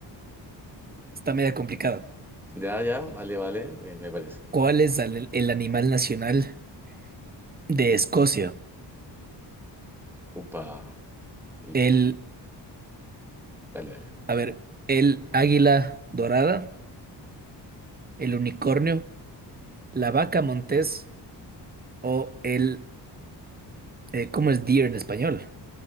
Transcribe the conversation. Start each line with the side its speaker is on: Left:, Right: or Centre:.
Right: Está media complicada.
Centre: Ya, ya, vale, vale, me, me parece.
Right: ¿Cuál es el el animal nacional de Escocia?
Centre: Upa. Y
Right: El
Centre: dale, dale.
Right: A ver, el águila dorada, el unicornio, la vaca montés o el, eh, ¿cómo es deer en español?